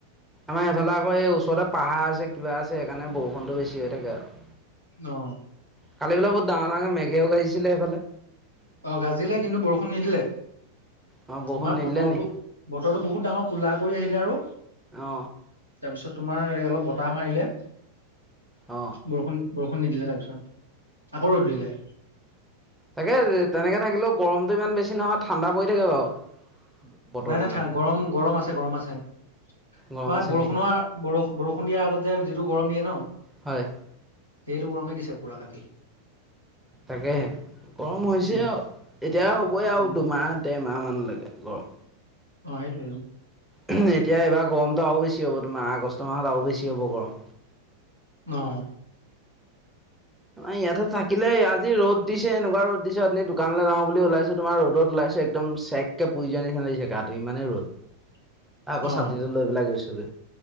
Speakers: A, in the centre; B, on the right (about 80°).
A: আমাৰ সেইফালে আকৌ এই ওচৰতে পাহাৰ আছে, কিবা আছে, সেইকাৰণে বৰষুণটো বেছি হৈ থাকে আৰু।
B: অ
A: কালি বোলে বহুত ডাঙৰ-ডাঙৰকে মেঘেও গাজিছিলে সেইফালে?
B: অহ, গাজিলে কিন্তু বৰষুণ নিদিলে।
A: অ বৰষুণ
B: তোমাৰ
A: নিদিলে
B: বতৰটো-বতৰটো
A: নি
B: বহুত ডাঙৰ কোলা কৰি আহিলে আৰু
A: অ
B: তাৰপিছত তোমাৰ এই অলপ বতাহ মাৰিলে
A: অ
B: বৰষুণ বৰষুণ নিদিলে তাৰপিছত আকৌ ৰ'দ দিলে।
A: তাকে তেনেকে থাকিলেও গৰমটো ইমান বেছি নহয় ঠাণ্ডা পৰি থাকে বাৰু। বতৰটো
B: নাই -নাই
A: মানে
B: ঠা গৰম- গৰম আছে -গৰম আছে। তোমাৰ
A: গৰম আছে
B: বৰষুণৰৰ
A: নি
B: বৰষ-বৰষুণ দিয়াৰ আগত যে যিটো গৰম দিয়ে ন'
A: হয়
B: সেইটো গৰমেই দিছে পুৰা কালি।
A: তাকেহে। গৰম হৈছে
B: উম
A: আও এতিয়াই হ'বই আও
B: উম
A: দুমাহ দেৰমাহ মানলৈকে গৰম।
B: অহ, সেইটোৱেই।
A: <unintelligible> এতিয়া এইবাৰ গৰমটো আৰু বেছি হ'ব তোমাৰ আগষ্ট মাহত আৰু বেছি হ'ব গৰম।
B: অহ
A: অহ, ইয়াতে থাকিলে আজি ৰ'দ দিছে এনেকুৱা ৰ'দ দিছে অথনি দোকানলৈ যাওঁ বুলি ওলাইছো তোমাৰ ৰ'দত ওলাই পিছে একদম চেৰেক পুৰি যোৱা নিচিনা লাগিছে গাটো ইমানেই ৰ'দ।
B: <inaudible>
A: আকৌ
B: অ
A: ছাতিটো লৈ পেলাই গৈছোঁ গে।